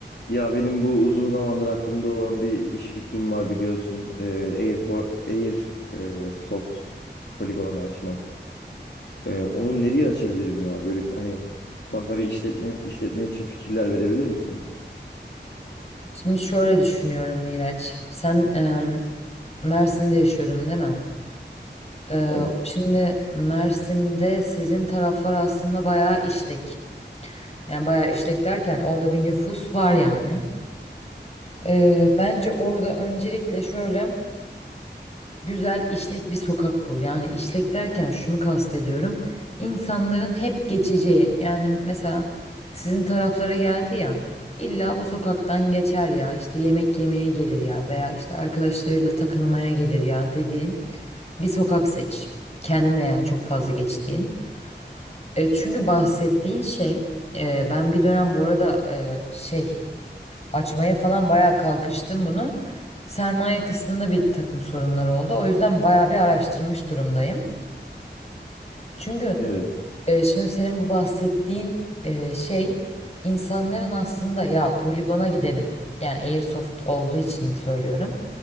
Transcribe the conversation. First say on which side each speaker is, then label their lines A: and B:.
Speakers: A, on the left; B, on the left.
A: Ya benim bu uzun zamandır aklımda olan bir iş fikrim var biliyorsun. Ee, Airport, Air e, Soft poligonu açmak. Ee, onu nereye açabilirim ya? Böyle hani bana bir işletme işletme için fikirler verebilir misin?
B: Şimdi şöyle düşünüyorum Miraç. Sen e, Mersin'de yaşıyordun değil mi? E,
A: Evet.
B: şimdi Mersin'de sizin taraflar aslında bayağı işlek. Yani bayağı işlek derken orada bir nüfus var yani. E, bence orada öncelikle şöyle. güzel işlek bir sokak bul. Yani işlek derken şunu kastediyorum. İnsanların hep geçeceği. Yani mesela sizin taraflara geldi ya. İlla bu sokaktan geçer ya. işte yemek yemeye gelir ya veya işte arkadaşlarıyla takılmaya gelir ya dediğin bir sokak seç. Kendine yani çok fazla geçtiğin. E, çünkü bahsettiğin şey e, ben bir dönem bu arada e, şey açmaya falan bayağı kalkıştım bunu. Sermaye kısmında bir takım sorunlar oldu. O yüzden bayağı bir araştırmış durumdayım. Çünkü
A: Evet.
B: e, şimdi senin bu bahsettiğin e, şey insanların aslında ya poligona gidelim. Yani Airsoft olduğu için söylüyorum.